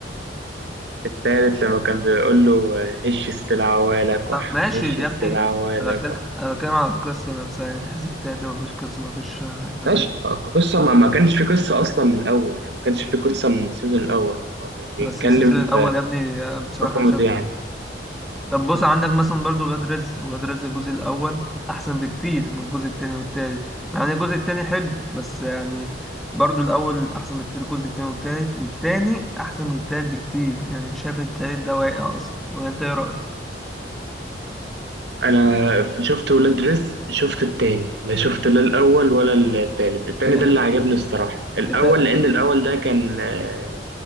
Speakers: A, on the right; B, in the centre.
A: التالت لما كان بيقول له آه، هش السلعوه لكوح
B: طب ماشي
A: هش السلعوه
B: يا ابني
A: لكوح
B: انا بتكلم انا بتكلم على القصه نفسها يعني تحس التالت ده مفيش قصه مفيش آه، انت فاهم
A: ماشي قصة ما, ما كانش في قصة أصلا من الأول يعني ما كانش في قصة من السيزون الأول هو كان بيتكلم
B: بس السيزون
A: في
B: الاول يا ابني آه، بصراحه
A: في كوميدي
B: انا شايف
A: يعني
B: طب بص عندك مثلا برضو ولاد رزق ولاد رزق الجزء الأول أحسن بكتير من الجزء التاني والتالت يعني الجزء التاني حلو بس يعني برضو الأول أحسن بكتير الجزء التاني والتالت والتاني أحسن من التالت بكتير يعني شايف التالت ده واقع أصلا ولا أنت إيه رأيك؟
A: أنا ف- شفت ولاد رزق شفت التاني لا شفت لا الأول ولا التالت التاني
B: ال-
A: ده اللي عجبني الصراحة الأول
B: أنت
A: لأن الأول ده كان آه،